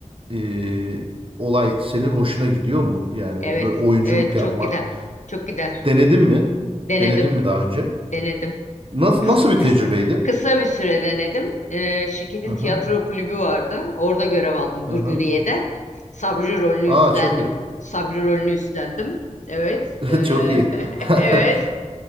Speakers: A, on the right; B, on the left.
A: e, olay senin hoşuna gidiyor mu? Yani
B: Evet,
A: böyle oyunculuk
B: evet
A: yapmak.
B: çok gider. Çok gider.
A: Denedin mi?
B: Denedim,
A: Denedin mi daha önce?
B: denedim.
A: Nasıl
B: Kısa,
A: nasıl bir tecrübeydi?
B: kısa, kısa bir süre denedim. Ee, şirketin
A: Hı hı,
B: tiyatro kulübü vardı. Orada görev aldım
A: hı
B: Gırgıriye'de.
A: hı.
B: Sabri rolünü
A: Aa
B: üstlendim.
A: çok iyi.
B: Sabri rolünü üstlendim. Evet,
A: <laughs>
B: ee,
A: Çok iyi.
B: <laughs>
A: <laughs>
B: evet.